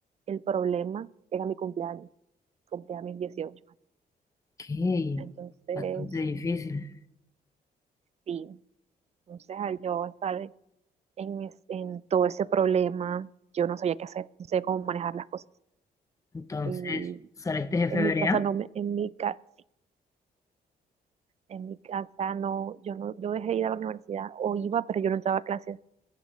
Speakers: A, on the right (about 40°); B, on the left (about 20°).
A: el problema, era mi cumpleaños, cumplía mis dieciocho
B: Ok,
A: Entonces,
B: bastante difícil.
A: sí, entonces al yo estar en, es- en todo ese problema, yo no sabía qué hacer, no sabía cómo manejar las cosas.
B: Entonces,
A: Y
B: saliste de febrero.
A: en mi casa no me, en mi casa, sí en mi casa no, yo no, yo dejé de ir a la universidad, o iba, pero yo no entraba a clases,